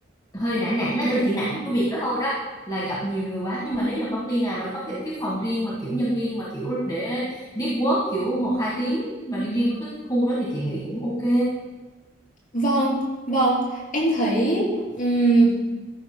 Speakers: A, on the left; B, on the left.
A: hơi nản nản đó Nghĩa là chị nản một cái việc đó thôi đó là gặp nhiều người quá nhưng mà nếu như công ty nào mà nó có kiểu cái phòng riêng mà kiểu nhân viên mà kiểu để deep work kiểu một hai tiếng mà riêng riêng có cái khu đó thì chị nghĩ cũng ok
B: Vâng, vâng, em thấy ừm,